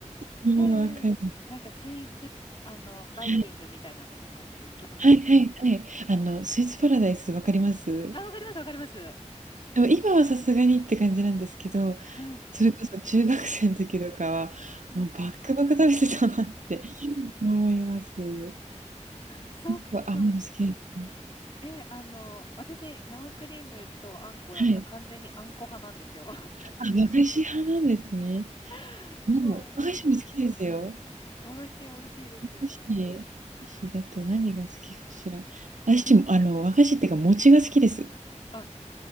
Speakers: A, on the right (about 80°); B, on the left (about 40°).
A: もうわかる。
B: へえ、なんかスイーツ、あの、バイキングみたいなのとかっていけますか
A: はい。はいはいはい。あの、スイーツパラダイスわかります？
B: あ、わかります、わかります。
A: でも今はさすがにって感じなんですけど、
B: うん、
A: それこそ中学生の時とかは、
B: うん、
A: もうバックバク食べてたなって
B: うん。
A: 思います。
B: そっか。
A: 結構甘いの好きですね。
B: え、あの、私、生クリームとあんこだった。
A: はい。
B: 完全にあんこ派なんですよ。
A: あ、和菓子派なんですね。
B: <laughs> そ
A: もう、和菓子も好きですよ。
B: う。和菓子美味しいですよね。
A: 菓子、和菓子だと何が好きかしら。私も、あの、和菓子っていうか、餅が好きです。
B: あ、